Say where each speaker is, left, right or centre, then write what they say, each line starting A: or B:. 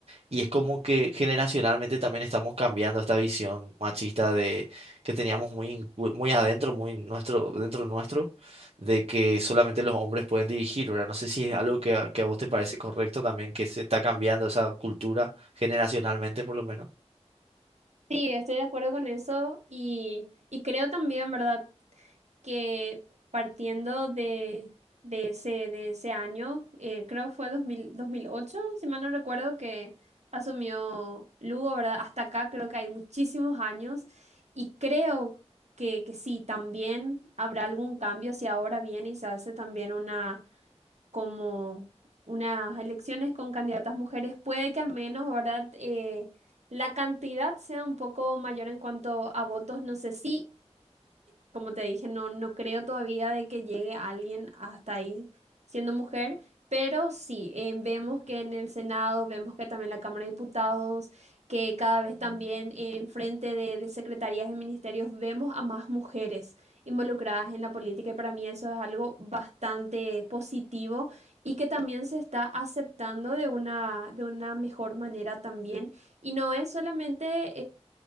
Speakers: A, on the right (about 60°); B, on the right (about 75°).
A: y es como que generacionalmente también estamos cambiando esta visión machista de que teníamos muy, incu- muy adentro, muy nuestro, dentro nuestro, de que solamente los hombres pueden dirigir, ¿verdad? No sé si es algo que a, que a vos te parece correcto también, que se está cambiando esa cultura generacionalmente por lo menos.
B: Sí, estoy de acuerdo con eso y, y creo también, ¿verdad?, que partiendo de, de ese, de ese año, eh, creo que fue 2000, 2008, si mal no recuerdo, que asumió Lugo, ¿verdad? Hasta acá creo que hay muchísimos años y creo que, que sí, también habrá algún cambio si ahora viene y se hace también una como unas elecciones con candidatas mujeres, puede que al menos, ¿verdad? Eh, la cantidad sea un poco mayor en cuanto a votos. No sé si como te dije, no, no creo todavía de que llegue alguien hasta ahí siendo mujer, pero sí, eh, vemos que en el Senado, vemos que también la Cámara de Diputados, que cada vez también eh, en frente de, de secretarías y ministerios vemos a más mujeres involucradas en la política y para mí eso es algo bastante positivo y que también se está aceptando de una, de una mejor manera también. Y no es solamente